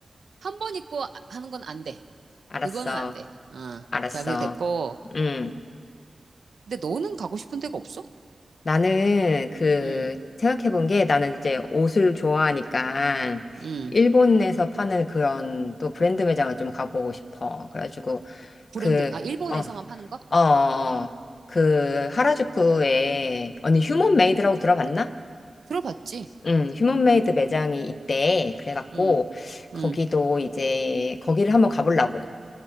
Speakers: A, on the right; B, on the left.
A: 한 번 입고 아- 하는 건 안 돼.
B: 알았어,
A: 그거는 안 돼. 어,
B: 알았어.
A: 자, 그게 됐고.
B: 응.
A: 근데 너는 가고 싶은 데가 없어?
B: 나는 그
A: 응,
B: 생각해 본 게 나는 이제 옷을 좋아하니까
A: 응.
B: 일본에서 파는 그런 또 브랜드 매장을 좀 가보고 싶어. 그래가지고
A: 브랜드,
B: 그,
A: 아, 일본에서만
B: 어,
A: 파는 거?
B: 어, 어, 어. 그 하라주쿠에 언니
A: 응.
B: 휴먼 메이드라고 들어봤나?
A: 들어봤지?
B: 응, 휴먼 메이드 매장이 있대. 그래갖고
A: 응,
B: 거기도
A: 응.
B: 이제 거기를 한번 가보려고.